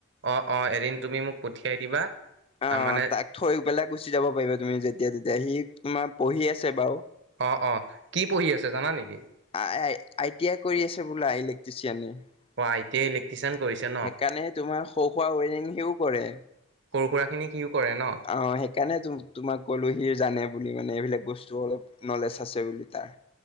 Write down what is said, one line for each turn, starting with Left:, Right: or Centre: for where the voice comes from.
Right: অ - অ এদিন তুমি মোক পঠিয়াই দিবা।
Left: অ,
Right: মানে
Left: তাক থৈ পেলাই গুচি যাব পাৰিবা তুমি যেতিয়া তেতিয়া সি তোমাৰ পঢ়ি আছে বাৰু।
Right: অ', অ', কি পঢ়ি আছে জানা নেকি?
Left: আ - আই টি আই কৰি আছে বোলে। টিচিয়ী। সেইকাৰণে
Right: অ', আই টি আই ইলেক্ট্ৰিচিয়ান কৰিছে ন?
Left: তোমাৰ সৌ খোৱা উইনিংহিও কৰে।
Right: সৰু সুৰাখিনি সিও কৰে ন?
Left: অ, সেইকাৰণে তোমাক কলোহিৰ জানে বুলি মানে এইবিলাক। বস্তু অলপ নলেজ আছে বুলি তাৰ।